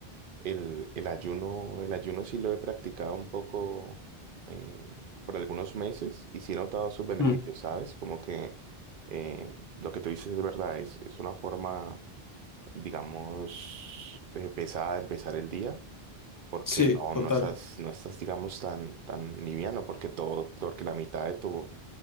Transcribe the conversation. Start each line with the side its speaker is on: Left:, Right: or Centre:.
Right: El, el ayuno, el ayuno sí lo he practicado un poco eh, por algunos meses y sí he notado sus beneficios,
Left: mm,
Right: ¿sabes? Como que eh, lo que tú dices es verdad, es, es una forma, digamos, eh, pesada de empezar el día, porque
Left: sí,
Right: no,
Left: total.
Right: no estás, no estás, digamos, tan, tan liviano, porque todo, porque la mitad de tu,